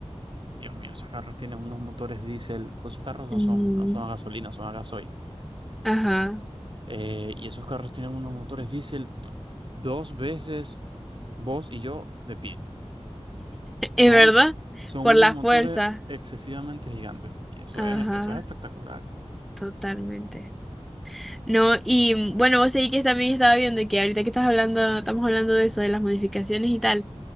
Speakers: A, on the right; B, in the centre.
A: Dios mío, esos carros tienen unos motores diésel, porque esos carros no
B: Mm.
A: son, no son a gasolina, son a gasoil.
B: Ajá,
A: Eh, y esos carros tienen unos motores diésel dos veces vos y yo de pie. Son,
B: es verdad,
A: son
B: por
A: unos
B: la
A: motores
B: fuerza.
A: excesivamente gigantes. Y eso
B: Ajá,
A: es, eso es espectacular.
B: totalmente. No, y mm, bueno, vos seguís que también estaba viendo que ahorita que estás hablando, estamos hablando de eso, de las modificaciones y tal.